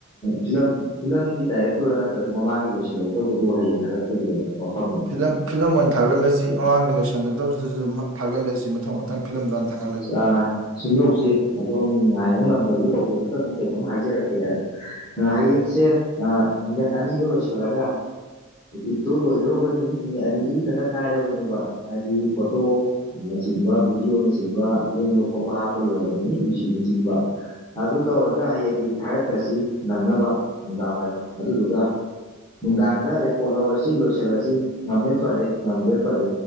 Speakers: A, on the left (about 20°); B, on the right (about 70°).
A: ꯐꯤꯂꯝ ꯐꯤꯂꯝꯒꯤ ꯗꯥꯏꯔꯦꯛꯇꯔ ꯅꯠꯇ꯭ꯔꯒ ꯃꯃꯥꯡꯒꯤ ꯂꯣꯏꯁꯤꯜꯍꯧꯗꯕꯗꯨ ꯍꯌꯦꯡ ꯈꯥꯒꯠꯄꯒꯤ ꯑꯣꯏ ꯋꯥꯐꯝꯅꯦ
B: ꯐꯤꯂꯝ ꯐꯤꯂꯝ ꯑꯣꯏꯅ ꯊꯥꯒꯠꯂꯁꯤ ꯃꯃꯥꯡꯗ ꯂꯣꯏꯁꯟꯒꯗꯧꯗꯨꯗꯁꯨ ꯊꯥꯒꯠꯂꯁꯤ ꯃꯊꯪ ꯃꯊꯪ ꯐꯤꯂꯝꯗꯣ ꯍꯥꯟ ꯊꯥꯒꯠ
A: ꯑ <unintelligible> ꯁꯨꯝꯗꯧꯁꯤ ꯑꯗꯣꯝꯒꯤ ꯉꯥꯏꯕ ꯉꯝꯗꯕꯗꯣ ꯇꯧꯕꯤꯔꯒ ꯑꯗꯨꯝ ꯀꯩꯅꯣꯝ ꯍꯥꯏꯖꯔꯛꯀꯦ ꯍꯌꯦꯡꯁꯦ ꯃꯤꯅꯠ ꯑꯅꯤꯗꯣ ꯂꯣꯏꯁꯤꯜꯂꯒ ꯏꯗꯤꯠꯇꯣ ꯂꯣꯏꯗ꯭ꯔꯣꯕꯅꯤ ꯅꯦ ꯑꯅꯤꯗꯨꯒꯤ ꯈꯛꯇ ꯉꯥꯏꯔꯕꯅꯦꯕ ꯍꯥꯏꯗꯤ ꯐꯣꯇꯣ ꯅꯆꯤꯡꯕ ꯚꯤꯗꯤꯑꯣ ꯆꯤꯡꯕ ꯂꯦꯡꯕ ꯈꯣꯠꯄ ꯍꯥꯞꯄ ꯂꯣꯏꯔꯒꯅꯤ ꯃꯌꯨꯖꯤꯛꯅꯆꯤꯡꯕ ꯑꯗꯨ ꯇꯧꯔꯒ ꯍꯌꯦꯡꯀꯤꯗꯤ ꯊꯥꯔꯛꯈ꯭ꯔꯁꯤ ꯅꯪꯅꯕ ꯅꯨꯡꯗꯥꯡ ꯋꯥꯏꯔꯝ ꯑꯗꯨꯗꯨꯒ ꯅꯨꯡꯗꯥꯡꯗ ꯔꯦꯀꯣꯔꯠ ꯂꯧꯔꯁꯤ ꯂꯣꯏꯁꯤꯜꯂꯁꯤ ꯉꯝꯃꯦ ꯐꯔꯦ ꯉꯝꯗ꯭ꯔꯦ ꯐꯔꯦ